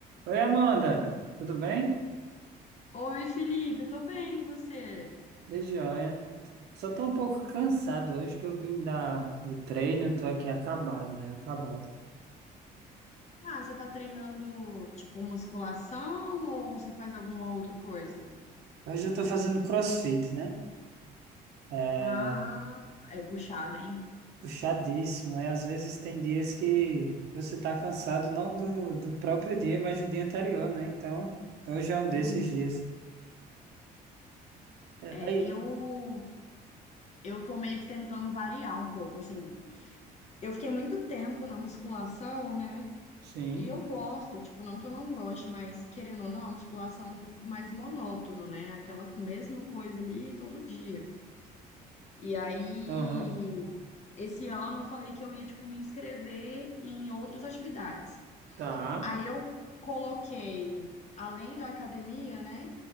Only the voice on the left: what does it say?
Oi, Felipe, tô bem, e você?
Ah, você tá treinando tipo musculação ou você faz alguma outra coisa?
Ah, é puxado, hein?
Uhum.
É,
eu eu tô meio que tentando variar um pouco, assim. Eu fiquei muito tempo na musculação, né?
E eu gosto, tipo, não que eu não goste, mas querendo ou não, a musculação é um pouco mais monótono, né? Aquela mesma coisa ali todo dia. E aí
Esse ano eu falei que eu ia, tipo, me inscrever em outras atividades.
Aí eu coloquei, além da academia, né?